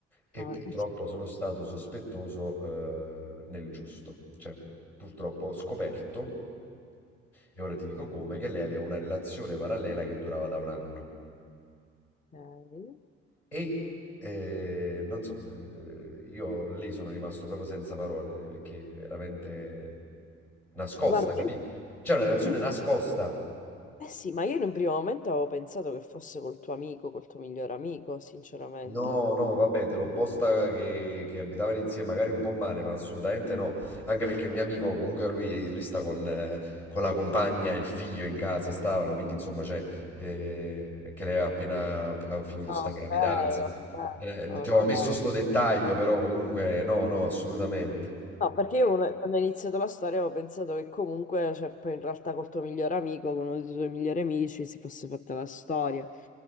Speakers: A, on the left (about 80°); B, on the left (about 25°).
A: E
B: Ah,
A: purtroppo
B: eh, sì,
A: sono stato sospettoso, eh, nel giusto, cioè purtroppo ho scoperto, e ora ti dico come, che lei aveva una relazione parallela che durava da un anno.
B: Ok.
A: E eh, non so, eh, io lì sono rimasto proprio senza parole, perché veramente nascosta,
B: Guarda,
A: capito?
B: io-
A: C'è una relazione
B: io-
A: nascosta.
B: eh sì, ma io in un primo momento avevo pensato che fosse col tuo amico, col tuo miglior amico, sinceramente.
A: No, no, vabbè, te l'ho posta che, che abitavano insieme, magari un po' male, ma assolutamente no. Anche perché il mio amico, comunque lui, lui sta con, eh, con la compagna e il figlio in casa, stavano, quindi insomma, cioè, eh, che lei ha appena ha finito
B: Ah,
A: sta gravidanza.
B: ok, ok,
A: Eh,
B: ok.
A: ti ho messo sto dettaglio, però comunque no, no, assolutamente.
B: No, perché io quando quando ho iniziato la storia avevo pensato che comunque, cioè, poi in realtà col tuo migliore amico, con uno dei tuoi migliori amici, si fosse fatta la storia.